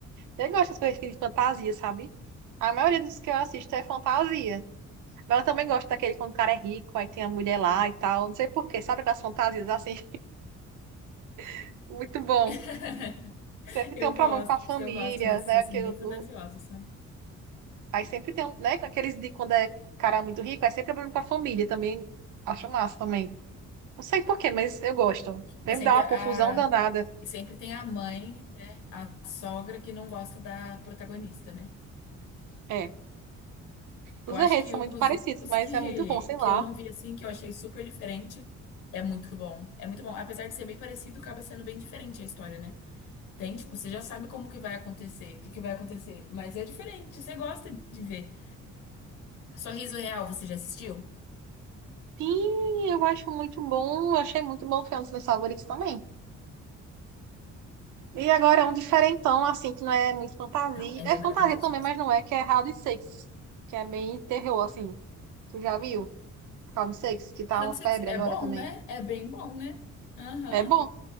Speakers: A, on the right; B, on the left.
A: Eu gosto das coisas de fantasia, sabe? A maioria dos que eu assisto é fantasia. Mas eu também gosto daquele quando o cara é rico, aí tem a mulher lá e tal. Não sei por quê, sabe aquelas fantasias assim? <laughs> Muito bom.
B: <laughs>
A: Sempre
B: Eu
A: tem um problema
B: gosto,
A: com a família,
B: eu gosto desses
A: né?
B: assim,
A: Que
B: bem
A: o,
B: fantasiosos,
A: o-
B: sabe?
A: Aí sempre tem, um, né? com Aqueles de quando é cara muito rico, aí sempre é problema com a família também. Acho massa também. Não sei por quê, mas eu gosto. Deve
B: É sempre
A: dar uma
B: a.
A: confusão danada.
B: E sempre tem a mãe, né? A sogra que não gosta da protagonista, né?
A: É.
B: Eu
A: Os enredos
B: acho que
A: são
B: um
A: muito
B: dos
A: parecidos,
B: únicos
A: mas
B: que,
A: é muito bom, sei
B: que
A: lá.
B: eu não vi assim, que eu achei super diferente, é muito bom. É muito bom. Apesar de ser bem parecido, acaba sendo bem diferente a história, né? Tem, tipo, você já sabe como que vai acontecer, o que que vai acontecer. Mas é diferente, você gosta de ver. Sorriso Real, você já assistiu?
A: Sim, eu acho muito bom. Eu achei muito bom o filme dos meus favoritos também. E agora é um diferentão, assim, que não é muito fantasia.
B: Então, ela
A: É
B: é
A: fantasia
B: maravilhoso
A: também,
B: mesmo.
A: mas não é, que é Round Six que é bem terror, assim. Tu já viu? Round Six que tá
B: Round
A: uma febre
B: Six é
A: agora
B: bom,
A: também.
B: né? É bem bom, né? Aham.
A: É bom.